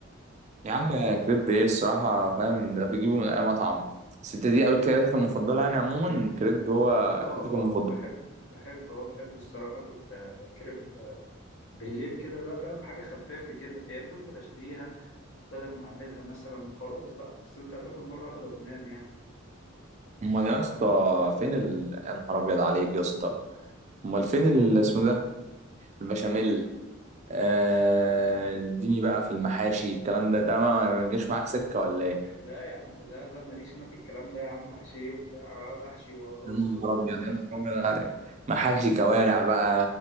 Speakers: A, on the right (about 35°); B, on the left (about 65°).
A: يا عم كريب ايه الصراحه فاهم ده بيجيبه من اي مطعم بس انت دي اكلتك المفضله يعني عموما كريب هو اكلتك
B: اه اه
A: المفضله
B: بحب بحب اه بحب الصراحة اكل آه، كريب آه، بالليل كده ده فاهم حاجة خفافة كده يا اما انزل اشتريها بدل ما اعملها مثلا وخلاص بقى بس انت هتاكل مرة واحدة وتنام يعني
A: امال يا اسطى فين ال... يا نهار ابيض عليك يا اسطى امال فين ال... اسمه ده البشاميل آه... اديني بقى في المحاشي الكلام ده ده ما ما بيجيش معاك سكه ولا ايه
B: لا يا عم لا لا ماليش انا في الكلام ده يا عم حشي ايه وبتاع انا اقعد احشي ورز
A: يا
B: و...
A: نهار ابيض يا نهار ابيض عليك محاشي كوارع بقى